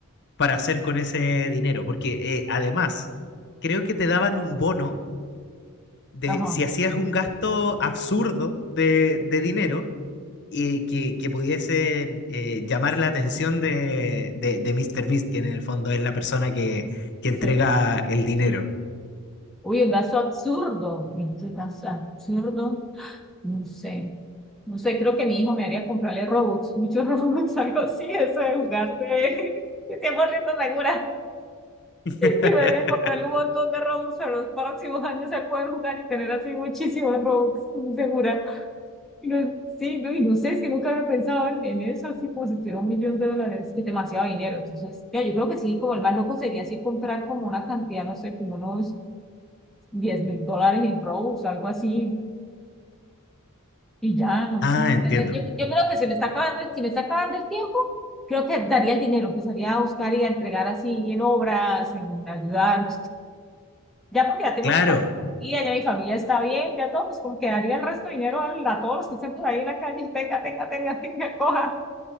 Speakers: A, on the left; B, in the centre.
A: para hacer con ese dinero, porque eh, además, creo que te daban un bono de
B: Ajá,
A: si hacías un gasto absurdo de, de dinero, y que, que pudiese eh, llamar la atención de, de, de Mr. Beast, que en el fondo es la persona que, que
B: sí.
A: entrega el dinero.
B: Uy, un gasto absurdo. Este gasto absurdo. No sé. No sé, creo que mi hijo me haría comprarle Robux, muchos Robux, <laughs> algo así, eso de jugar de <laughs> 100% segura,
A: <laughs>
B: que me haría comprarle un montón de Robux a los próximos años al poder jugar y tener así muchísimos Robux, segura. No- sí, no, y no sé, si nunca había pensado en, en eso, así como si tuviera un millón de dólares, que es demasiado dinero. Entonces, ya, yo creo que sí, como el más loco sería así comprar como una cantidad, no sé, como unos diez mil dólares en robos, algo así, y ya, no
A: Ah,
B: sé.
A: entiendo.
B: Yo, yo creo que se me está acabando, el- si me está acabando el tiempo, creo que daría el dinero, empezaría a buscar y a entregar así en obras, en ayudar. Ya porque ya tengo
A: Claro.
B: mi parte aquí, ya mi familia está bien, ya todo, pues como que daría el resto de dinero al- a, todos los que estén por ahí en la calle, tenga, tenga, tenga, tenga, coja.